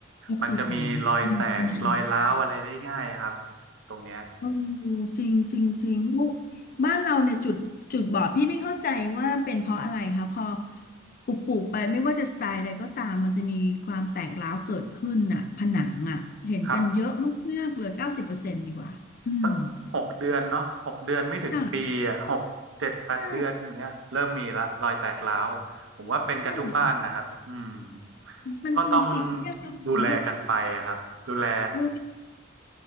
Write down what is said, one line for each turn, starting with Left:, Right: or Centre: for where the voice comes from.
Left: รอ
Right: มันจะมีรอยแตกรอยร้าวอะไรได้ง่ายครับ
Left: อืม
Right: ตรงเนี้ย
Left: โอ้จริงจริงจริงลูกบ้านเราเนี่ยจุดจุดบอดพี่ไม่เข้าใจว่าเป็นเพราะอะไรคะพอปลูกปลูกไปไม่ว่าจะสไตล์ใดก็ตามมันจะมีความแตกร้าวเกิดขึ้นน่ะผนังอ่ะเห็นกันเยอะมากๆเลยเก้าสิบเปอร์เซ็นต์ดีกว่าอืม
Right: ครับ สักหกเดือนเนาะหกเดือนไม่ถึงปีอ่ะหกเจ็ดแปดเดือนอย่างเงี้ยเริ่มมีละรอยแตกร้าวผมว่าเป็นกันทุกบ้านนะครับอืม
Left: จ้ะใช่นั่นดิมันคงสิเรียกแล้วเห็นไหม
Right: ก็ต้องดูแลกันไปอะครับดูแล
Left: เออ